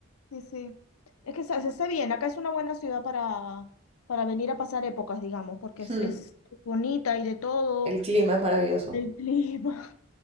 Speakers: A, on the left; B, on the right.
A: Sí, sí. Es que se, se está bien, acá es una buena ciudad para, para venir a pasar épocas, digamos, porque es,
B: Hmm,
A: es bonita y de todo,
B: El clima es maravilloso.
A: el clima.